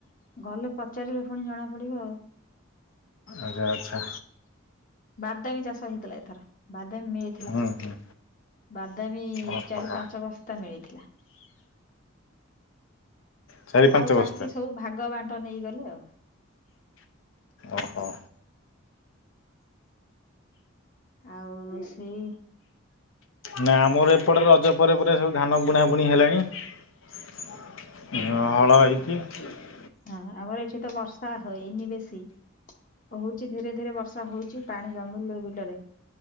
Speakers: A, on the left; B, on the left.
A: ଗଲେ ପଚାରିଲେ ପୁଣି ଜଣା ପଡିବ ଆଉ
B: ଆଚ୍ଛା ଆଚ୍ଛା।
A: ବାଦାମୀ ଚାଷ ହେଇଥିଲା ଏଥର ବାଦାମୀ ମିଳିଥିଲା
B: ହୁଁ ହୁଁ
A: <inaudible> ବାଦାମୀ
B: ଓହୋ
A: ଚାରି ପାଞ୍ଚ ବସ୍ତା ମିଳିଥିଲା। <inaudible>
B: ଚାରି ପାଞ୍ଚ
A: ଆଉ
B: ବସ୍ତା
A: ବାକି ସବୁ ଭାଗ ବାଣ୍ଟ ନେଇଗଲେ ଆଉ
B: ଓହୋ।
A: ଆଉ ସେଇ
B: ନା ଆମର ଏପଟେ ରଜ ପରେ ପରେ ସବୁ ଧାନ ବୁଣାବୁଣି ହେଲାଣି ହ--ହଳ ହେଇକି <unintelligible>
A: ହଁ ଆମର ଏଠି ତ ବର୍ଷା ହେଇନି ବେଶୀ କହୁଛି ଧୀରେ ଧୀରେ ବର୍ଷା ହଉଛି ପାଣି ଜମିଲେ ବିଲରେ